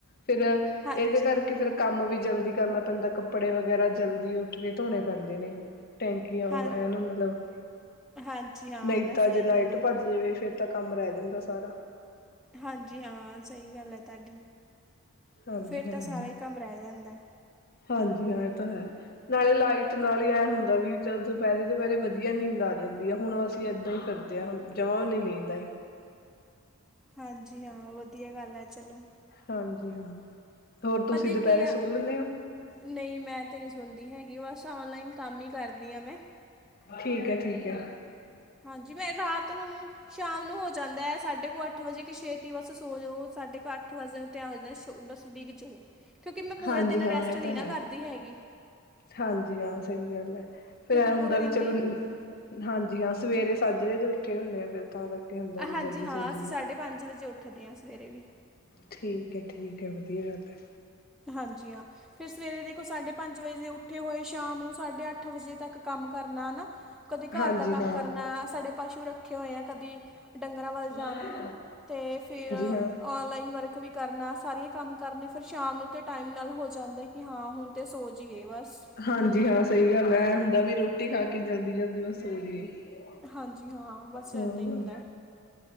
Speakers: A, on the left (about 40°); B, in the centre.
A: ਫਿਰ ਇਹਦੇ
B: ਹਾਂਜੀ
A: ਕਰਕੇ ਫਿਰ ਕੰਮ ਵੀ ਜ਼ਲਦੀ ਕਰਨਾਂ ਪੈਂਦਾਂ ਕੱਪੜੇ ਵਗੈਰਾ ਜ਼ਲਦੀ ਉੱਠ ਕੇ ਧੋਣੇ ਪੈਂਦੇ ਨੇਂ। ਟੈਂਕੀਆਂ
B: ਹਾਂ
A: ਐਲ ਮੱਤਲਬ
B: ਹਾਂਜੀ ਹਾਂ
A: ਨਈ
B: ਨਾ
A: ਤਾਂ
B: ਸਹੀ
A: ਜੇ ਲਾਈਟ
B: ਗੱਲ ਹੈ
A: ਭੱਜ ਜਾਵੇ ਫਿਰ ਤਾਂ ਕੰਮ ਰਹਿ ਜਾਂਦਾ ਸਾਰਾ
B: ਹਾਂਜੀ ਹਾਂ ਸਈ ਗੱਲ ਹੈ ਤੁਹਾਡੀ
A: ਹਾਂਜੀ
B: ਫਿਰ
A: ਹਾਂ,
B: ਤਾਂ ਸਾਰਾ ਹੀ ਕੰਮ ਰਹਿ ਜਾਂਦੈ।
A: ਹਾਂਜੀ ਇਹ ਤਾਂ ਹੈ। ਨਾਲ਼ੇ ਲਾਈਟ ਨਾਲ ਹੀ ਐ ਹੁੰਦਾਂ ਵੀ ਚਲ ਦੁਪੈਰੇ-ਦੁਪੈਰੇ ਵਧੀਆਂ ਨੀਂਦ ਆ ਜਾਂਦੀ ਆ ਹੁਣ ਅਸੀਂ ਐਦਾਂ ਹੀ ਫਿਰਦ ਜਿ ਹੁਣ ਜਮਾਂ ਨੀ ਨੀਂਦ ਆਈ।
B: ਹਾਂਜੀ ਹਾਂ ਵਧੀਆਂ ਗੱਲ ਐ ਚਲੋ।
A: ਹਾਂਜੀ ਹਾਂ। ਹੋਰ ਤੁਸੀਂ
B: ਪਤਾ
A: ਦੁਪਹਿਰੇ
B: ਕੀ
A: ਸੋ
B: ਆ
A: ਲੈਂਦੇ ਹੋ
B: ਨਈ ਮੈਂ ਤੇ ਨੀ ਸੁਣਦੀ ਹੈਗੀ ਬਸ ਔਨਲਾਈਨ ਕੰਮ ਹੀ ਕਰਦੀ ਹਾਂ ਮੈਂ
A: ਠੀਕ ਹੈ- ਠੀਕ ਹੈ।
B: ਹਾਂਜੀ ਮੈਂ ਰਾਤ ਨੂੰ ਸ਼ਾਮ ਨੂੰ ਹੋ ਜਾਂਦਾਂ ਹੈ ਸਾਢੇ ਕੁ ਅੱਠ ਵਜ਼ੇ ਕੇ ਛੇਤੀਂ ਬਸ ਸੋ ਜਾਓ ਸਾਢੇ ਕੁ ਅੱਠ ਵਜ ਤੇ ਆਹ ਹੋ ਜਾਂਦਾ ਬਸ ਡਿੱਗ ਜਾਓ ਕਿਉਂਕਿ ਮੈਂ ਪੂਰਾਂ
A: ਹਾਂਜੀ
B: ਦਿਨ
A: ਹਾਂ
B: ਰੈਸਟ
A: ਇਹ
B: ਨੀਂ
A: ਤਾਂ ਹੈ
B: ਨਾ ਕਰਦੀ ਹੈਗੀ।
A: ਹਾਂਜੀ ਹਾਂ ਸਈ ਗੱਲ ਹੈ ਫਿਰ
B: ਕਿਉਂਕਿ
A: ਐ ਹੁੰਦਾਂ
B: ਪੂਰੇ ਦਿਨ
A: ਵੀ ਚਲੋ।
B: ਦੀ ਅ,
A: ਹਾਂਜੀ ਹਾਂ ਸਵੇਰੇ ਸਾਝਰੇ ਦੇ ਉੱਠੇ ਹੁੰਦੇ ਆ ਫਿਰ ਤਾਂ ਕਰਕੇ ਹੁੰਦਾ ਵੀ
B: ਹਾਂਜੀ
A: ਜਲਦੀ
B: ਹਾਂ
A: ਸੋ ਜਾਈਏ
B: ਅਸੀਂ ਸਾਢੇ ਪੰਜ ਵਜ਼ੇ ਉੱਠਦੇ ਹਾਂ ਸਵੇਰੇ ਵੀ
A: ਠੀਕ ਹੈ ਠੀਕ ਹੈ ਵਧੀਆਂ ਗੱਲ ਹੈ।
B: ਹਾਂਜੀ ਹਾਂ। ਫਿਰ ਸਵੇਰੇ ਦੇਖੋ ਸਾਂਢੇ ਪੰਜ ਵਜ਼ੇ ਦੇ ਉੱਠੇ ਹੋਏ ਸ਼ਾਮ ਨੂੰ ਸਾਢੇ ਅੱਠ ਵਜ਼ੇ ਤੱਕ ਕੰਮ ਕਰਨਾ ਹਨਾ। ਕਦੀ ਘਰ
A: ਹਾਂਜੀ
B: ਦਾ ਕੰਮ
A: ਹਾਂ
B: ਕਰਨਾ ਸਾਡੇ ਪਸ਼ੂ ਰੱਖੇ ਹੋਏ ਆ ਕਦੀ ਡੰਗਰਾਂ ਵੱਲ ਜਾਣਾਂ
A: ਹਾਂਜੀ
B: ਤੇ ਫਿਰ
A: ਹਾਂ
B: ਔਨਲਾਈਨ ਵਰਕ ਵੀ ਕਰਨਾਂ ਸਾਰੀਆਂ ਕੰਮ ਕਰਨੇ ਫਿਰ ਸ਼ਾਮ ਨੂੰ ਟਾਇਮ ਨਾਲ ਹੋ ਜਾਂਦਾ ਕਿ ਹਾਂ ਹੁਣ ਤਾਂ ਸੋ ਜਾਈਏ ਬਸ
A: ਹਾਂਜੀ ਹਾਂ ਸਈ ਗੱਲ ਹੈ ਐ ਹੁੰਦਾਂ ਵੀ ਰੋਟੀ ਖਾ ਕੇ ਜ਼ਲਦੀ-ਜ਼ਲਦੀ ਬਸ ਸੋ ਜਾਈਏ।
B: ਹਾਂਜੀ ਹਾਂ ਬਸ ਐਦਾਂ
A: ਹਾਂ
B: ਹੀ ਹੁੰਦਾਂ।